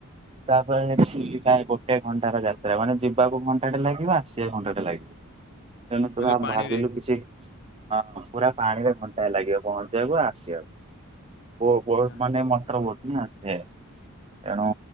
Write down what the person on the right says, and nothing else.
ତାପରେ ଚିଲିକା ଗୋଟେ ଘଣ୍ଟାର ଯାତ୍ରା ମାନେ ଯିବାକୁ ଘଣ୍ଟାଟେ ଲାଗିବ ଆସିବାକୁ ଘଣ୍ଟାଟେ ଲାଗିବ। ତେଣୁ ତୁ
ଆ
ଭାବିଲୁ କିଛି ହଁ ପୁରା ପାଣିରେ ଘଣ୍ଟାଏ ଲାଗିବ ପହଞ୍ଚିବାକୁ ଆଉ ଆସିବାକୁ। ମୋ ବହୁତ
ମାନେ ମନ୍ତ୍ର ପଢୁଛି। ନା ସେ ତେଣୁ